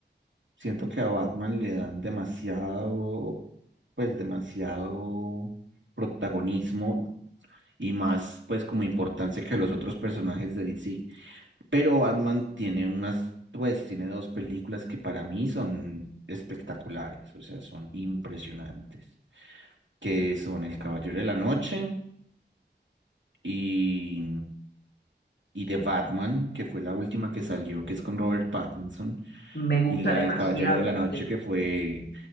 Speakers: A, on the right; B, on the left.
A: Siento que a Batman le dan demasiado, pues, demasiado protagonismo y más, pues, como importancia que a los otros personajes de DC. Pero Batman tiene unas, pues tiene dos películas que para mí son espectaculares, o sea, son impresionantes, que son El Caballero de la Noche y, y The Batman, que fue la última que salió, que es con Robert Pattinson,
B: Me gusta
A: y la
B: demasiado.
A: del Caballero de la Noche,
B: Eh,
A: que fue